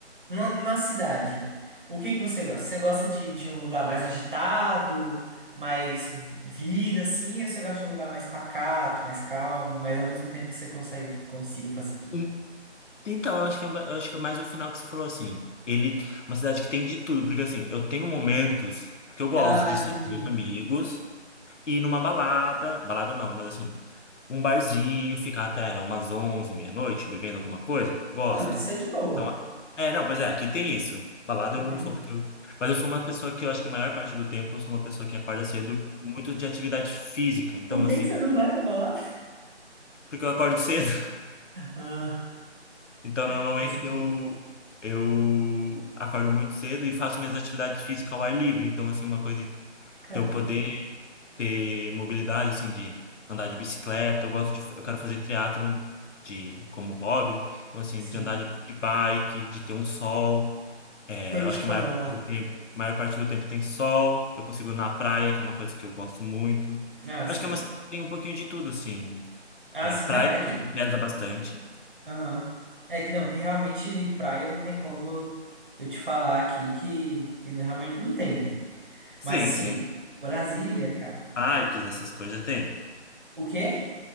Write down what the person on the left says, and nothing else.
Hum, Então, eu acho que, é- eu acho que é mais o final que você falou, assim, ele, uma cidade que tem de tudo, porque assim, eu tenho momentos que eu gosto
de
sair com meus amigos, ir numa balada, balada não, mas assim, um barzinho, ficar até umas 11 meia-noite bebendo alguma coisa, gosto.
Então, é, não, pois é, aqui tem isso. Balada
eu não sou porque eu, mas eu sou uma pessoa que eu acho que a maior parte do tempo eu sou uma pessoa que acorda cedo, muito de atividade física. Então,
assim,
porque eu acordo cedo. <laughs>
Então, normalmente
eu eu acordo muito cedo e faço minhas atividades físicas ao ar livre. Então, assim, uma coisa de
eu poder ter mobilidade, assim, de andar de bicicleta. Eu gosto de, eu quero fazer triatlon de, como hobby. Então, assim,
de andar de, de bike, de ter um sol. É,
eu
acho
que a maior parte do tempo, maior parte do tempo tem sol. Eu consigo ir na praia, que é uma coisa que eu gosto muito.
Acho que é uma cidade que tem um pouquinho de tudo, assim.
É,
praia
que
me pesa bastante.
Sim,
sim.
Parques, essas coisas tem.